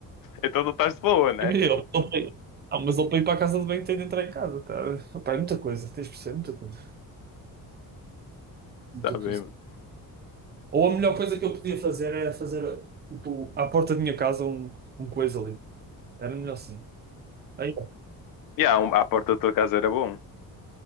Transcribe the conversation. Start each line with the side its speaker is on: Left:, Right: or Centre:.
Left: então não estás de boa, né?
Right: imagina, ele, ele, para ir- não, mas ele para ir para a casa de banho tem de entrar em casa, tá? Opa, é muita coisa, tens de perceber, muita coisa. Muita
Left: Tá bem,
Right: coisa.
Left: mano.
Right: Ou a melhor coisa que eu podia fazer era fazer, tipo, à porta da minha casa um, um coisa ali. Era melhor assim. Aí,
Left: E um- a porta da tua casa era bom.